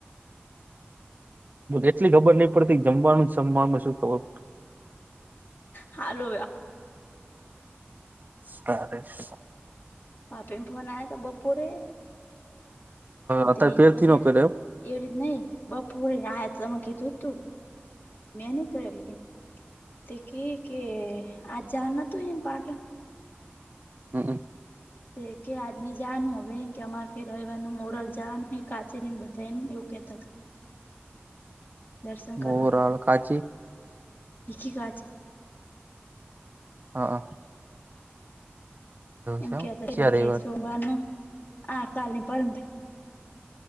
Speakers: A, on the right; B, on the left.
A: એટલી ખબર નહીં પડતી કે જમવાનું જમવામાં શું ખબર?
B: હાલો,
A: સ્ટટેસ
B: ભાભી નો ફોન આવ્યો હતો. બપોરે
A: અત્યારે
B: તે
A: ફેરથી
B: પહોંચ્યા.
A: ન પેરે
B: એવી રીતે નઈ બપોરે ને આ તમે કીધું તું મેં નહીં કર્યું. તે કેય કે આજ જાવાનું નોતું એને પાટણ?
A: હંઅ હં.
B: તે કે આજ નહીં જવાનું હવે એમ કહે કે અમારે કે રવિવાર નું મુહૂર્ત જોવાનું કાઢી ને બધાને એવું કહેતાં હતા. દર્શન
A: મોરાલ
B: કરવા
A: કાચી
B: ભેગી જાજે.
A: હા અ...
B: એમ
A: છે
B: કેહેતા
A: ચ્યા
B: એ
A: રવિવાર
B: કે, સોમવારનું આ કાલ નહીં, ને પરમદિવસે.